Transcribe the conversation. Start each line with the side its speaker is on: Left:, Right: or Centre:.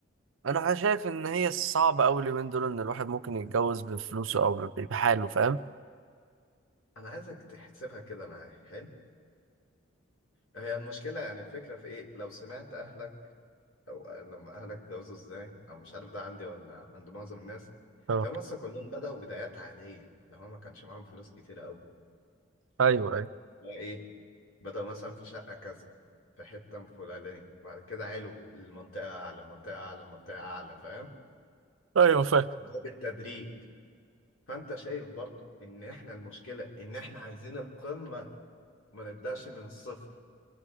Right: انا شايف ان هي صعبه قوي اليومين دول ان الواحد ممكن يتجوز بفلوسه او ب- بحاله فاهم
Left: انا عايزك تحسبها كده معايا حلو هي المشكله يعني الفكره في ايه لو سمعت اهلك او لما اهلك اتجوزوا ازاي او مش عارف ده عندي ولا عند معظم الناس
Right: اه
Left: تلاقي مصر كلهم بدأوا بدايات عادية لو هو ما كانش معاهم فلوس كتيرة قوي
Right: ايوه ايوه
Left: بقى ايه بدأوا مثلا في شقة كذا في حتة فلانية بعد كده علو المنطقة أعلى منطقة أعلى منطقة أعلى فاهم
Right: ايوه فاهم
Left: ده بالتدريج فأنت شايف برضو إن إحنا المشكلة إن إحنا عايزين القمة وما نبدأش من الصفر